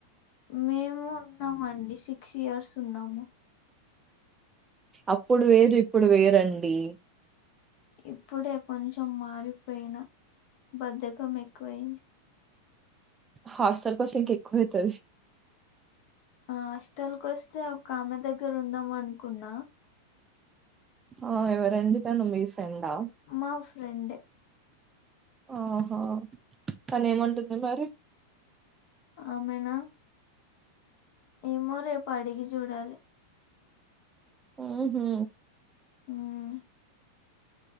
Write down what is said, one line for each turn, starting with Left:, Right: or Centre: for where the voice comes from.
Left: మేము ఉన్నామండి సిక్స్ ఇయర్స్ ఉన్నాము
Right: అప్పుడు వేరు ఇప్పుడు వేరండి
Left: ఇప్పుడే కొంచెం మారిపోయినా బద్దకం ఎక్కువయింది
Right: హాస్టల్ కోస్తే ఇంక ఎక్కువ అయితది
Left: హాస్టల్కి వస్తే ఒక ఆమె దగ్గర ఉందాం అనుకున్నా
Right: ఆ ఎవరండీ తను మీ ఫ్ ఫ్రెండా
Left: మా ఫ్రెండే
Right: ఆహో కానీ ఏమంటుంది మరి
Left: అమెనా ఏమో రేపు అడిగి చూడాలే
Right: ఉహు
Left: ఉం